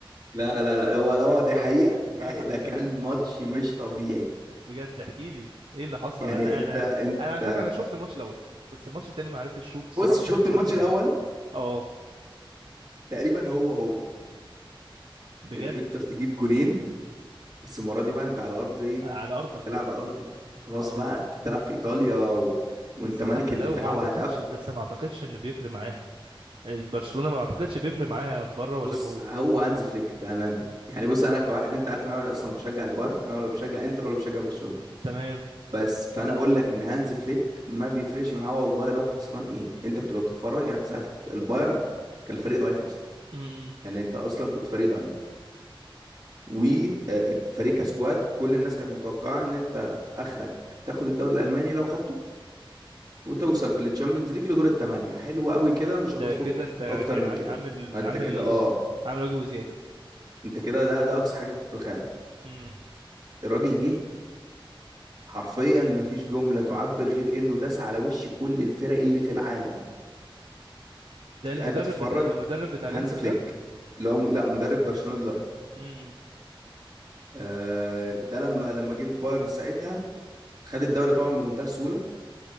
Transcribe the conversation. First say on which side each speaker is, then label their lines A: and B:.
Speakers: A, on the right (about 45°); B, on the right (about 65°).
A: لا لا لا هو هو دي حقيقه دي
B: <laughs>
A: حقيقة. ده كان ماتش مش طبيعي
B: بجد احكي لي ايه اللي حصل
A: يعني
B: انا
A: انت
B: انا
A: انت
B: انا على فكرة انا شفت الماتش الاول بس الماتش التاني ما عرفتش اشوف الصراحة
A: بص شفت
B: ك- كنت
A: الماتش
B: نايم
A: الاول
B: اه
A: تقريبا هو هو
B: بجد
A: الانتر تجيب جونين بس المره دي بقى انت على ارض ايه
B: على ارضك
A: بتلعب على ارض خلاص
B: اه
A: بقى انت بتلعب في ايطاليا و... وانت
B: بس
A: ملك
B: حتى
A: الدفاع
B: لو ما اعتقدش
A: وهتقفل
B: بس ما اعتقدش ان بيفرق معاها برشلونة ما اعتقدش بيفرق معاها بره ولا
A: بص
B: جوه
A: هو هانز فليك بامانه يعني بص انا كواحد انت عارف ان انا اصلا بشجع البايرن انا ولا بشجع انتر ولا بشجع برشلونه
B: تمام
A: بس فانا اقول لك ان هانز فليك ما بيفرقش معاه والله لو خسران ايه انت بتبقى بتتفرج يعني ساعه البايرن كان الفريق ضعيف اصلا
B: امم
A: يعني انت اصلا كنت فريق ضعيف وفريق كسكواد كل الناس كانت متوقعه ان انت اخرك تاخد الدوري الالماني لو خدته وتوصل في التشامبيونز ليج لدور الثمانيه حلو قوي كده مش هتخرج
B: ده كده انت جا-
A: اكتر من
B: عام-
A: كده
B: عامل
A: انت
B: عامل
A: كده اه
B: عامل واجب وزيادة
A: انت كده ده ده اقصى حاجه تتخيلها
B: امم
A: الراجل جه حرفيا مفيش جملة تعبر غير انه داس على وش كل الفرق اللي في العالم
B: ده
A: انت
B: المدرب
A: قاعد بتتفرج
B: بتاع المدرب بتاع الانتر
A: هانز فليك
B: ده
A: اللي هو م... لا مدرب برشلونة دلوقتي
B: امم
A: آه ده لما لما جه البايرن ساعتها خد الدوري طبعا بمنتهى السهولة